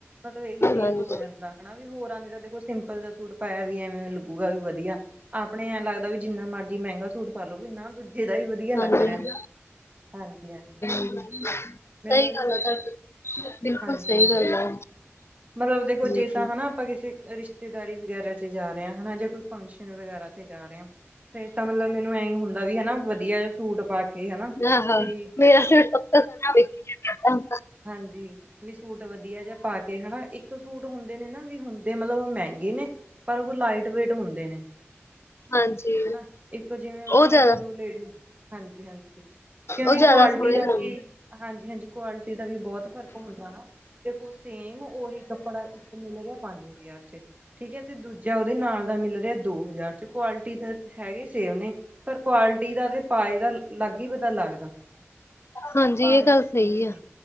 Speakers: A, on the right; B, on the left.
A: ਮਤਲਬ ਇਹੀ
B: ਹਾਂਜੀ
A: ਚੀਜ਼ ਹੋ ਜਾਂਦਾ ਹਨਾ ਵੀ ਹੋਰਾਂ ਦੀ ਤਾਂ ਦੇਖੋ ਸਿੰਪਲ ਜਾ ਸੂਟ ਪਾਇਆ ਵੀ ਐਵੇਂ ਲੱਗੂਗਾ ਵੀ ਵਦੀਆ, ਆਪਣੇ ਐਂ ਲੱਗਦਾ ਵੀ ਜਿੰਨਾ ਮਰਜ਼ੀ ਮਹਿੰਗਾ ਸੂ ਸੂਟ ਪਾਲੋ ਵੀ ਨਾ ਦੂਜੇ ਦਾ ਹੀ ਵਦੀਆ ਲੱਗ
B: ਹਾਂਜੀ
A: ਰਿਐ। ਹਾਂਜੀ-ਹਾਂਜੀ।
B: <inaudible>
A: ਮੈਨੂੰ ਵੀ
B: ਗੱਲ
A: ਬਸ।
B: ਆ ਤੁਹਾਡੀ ਬਿਲਕੁਲ
A: ਹਾਂਜੀ-ਹਾਂਜੀ।
B: ਸਹੀ ਗੱਲ ਆ
A: ਮਤਲਬ ਦੇਖੋ
B: ਬਿਲਕੁਲ।
A: ਜੇ ਤਾਂ ਹਨਾ। ਆਪਾਂ ਕਿਸੀ ਰਿਸ਼ਤੇਦਾਰੀ ਵਗੈਰਾ ਚ' ਜਾ ਰਏ ਆ ਹਨਾ ਜਾਂ ਕੋਈ ਫੰਕਸ਼ਨ ਵਗੈਰਾ ਤੇ ਜਾ ਰਏ ਆ। ਫੇਰ ਤਾਂ ਮਤਲਬ ਮੈਨੂੰ ਐਈ ਹੁੰਦਾ ਵੀ ਹਨਾ ਵਧੀਆ ਜਾ ਸੂਟ ਪਾ ਕੇ ਹਨਾ।
B: ਆਹੋ
A: ਵੀ
B: ਮੇਰਾ ਸਿਰ ਤੋਂ। <unintelligible>
A: ਹਾਂਜੀ। ਵੀ ਸੂਟ ਵਧੀਆ ਜਾ ਪਾ ਕੇ ਹਨਾ ਇੱਕ ਸੂਟ ਹੁੰਦੇ ਨੇ ਨਾ ਵੀ ਹੁੰਦੇ ਮਤਲਬ ਓ ਮਹਿੰਗੇ ਈ ਨੇ, ਪਰ ਉਹ ਲਾਈਟ ਵੇਟ ਹੁੰਦੇ ਨੇ।
B: ਹਾਂਜੀ
A: ਹਨਾ। ਇੱਕ ਜਿਵੇਂ ਹਨਾ
B: ਉਹ ਜ਼ਿਆਦਾ
A: ਚਲੋ ਲੇਡੀਜ਼, ਹਾਂਜੀ-ਹਾਂਜੀ। ਕਿਉਂਕਿ
B: ਉਹ ਜ਼ਿਆਦਾ
A: ਕੁਆਲਿਟੀ
B: ਸੋਹਣੇ
A: ਦਾ
B: ਲੱਗਦੇ
A: ਵੀ, ਹਾਂਜੀ-ਹਾਂਜੀ। ਕੁਆਲਿਟੀ ਦਾ ਵੀ ਬਹੁਤ ਫ਼ਰਕ ਹੁੰਦਾ ਹਨਾ। ਦੇਖੋ ਸੇਮ ਉਹੀ ਕੱਪੜਾ ਇੱਕ ਮਿਲ ਰਿਆ ਪੰਜ ਹਜ਼ਾਰ ਚ' ਠੀਕ ਏ, ਤੇ ਦੂਜਾ ਦੂਜਾ ਉਹਦੇ ਨਾਲ ਦਾ ਮਿਲ ਰਿਆ ਦੋ ਹਜ਼ਾਰ ਚ' ਕੁਆਲਿਟੀ ਦਾ ਤਾਂ ਹੈਗੇ ਸੇਮ ਨੇ। ਪਰ ਕੁਆਲਿਟੀ ਦਾ ਤੇ ਪਾਏ ਦਾ ਲੱਗ ਈ ਪਤਾ ਲੱਗਦਾ।
B: ਹਾਂਜੀ,
A: ਭਾਵੇਂ
B: ਇਹ ਗੱਲ
A: ਉਹ ਸੇਮ
B: ਸਈ
A: ਹੀ ਨੇ
B: ਐ।